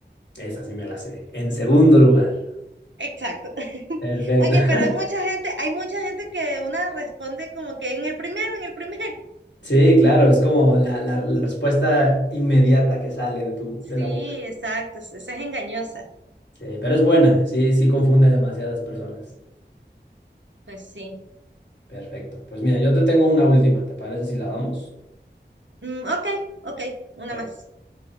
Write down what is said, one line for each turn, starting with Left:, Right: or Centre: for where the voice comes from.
Left: Esa sí me la sé. En segundo lugar.
Right: Exacto. <laughs>
Left: Perfecto.
Right: Oye, pero
Left: <laughs>
Right: hay mucha gente, hay mucha gente que una responde como que en el primero, en el primero.
Left: Sí, claro, es como la, la- la respuesta inmediata que sale de tu,
Right: Sí,
Left: de la boca.
Right: exacto, es- esa es engañosa.
Left: Sí, pero es buena, sí, sí confunde a demasiadas personas.
Right: Pues sí.
Left: Perfecto. Pues mira, yo te tengo una última, ¿te parece si la damos?
Right: Mm, ok, ok, una
Left: Perfecto.
Right: más.